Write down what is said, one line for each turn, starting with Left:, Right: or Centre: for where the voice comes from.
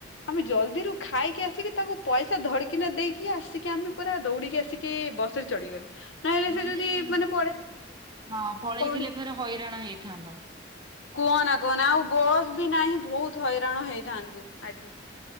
Left: ଆମେ ଜଲଦିରୁୁ ଖାଇକି ଆସିକି ତାଙ୍କୁ ପଇସା ଧଡିକିନା ଦେଇକି ଆସିକି ଆ ଆମେ ପୁରା ଦୌଡିକି ଆସିକି ବସରେ ଚଢିଗଲୁ।
Right: ନହେଲେ
Left: ସେ ଯଦି ମାନେ ପଡେ
Right: ହଁ ପଳେଇଥିଲେ
Left: ପଡେ
Right: ଫେରେ ହଇରାଣ ହେଇଥାନ୍ତ।
Left: କୁହନା କୁହନା ଆଉ ବସ୍ ବି ନାହିଁ ବହୁତ ହଇରାଣ ହେଇଥାନ୍ତୁ ଆଜି।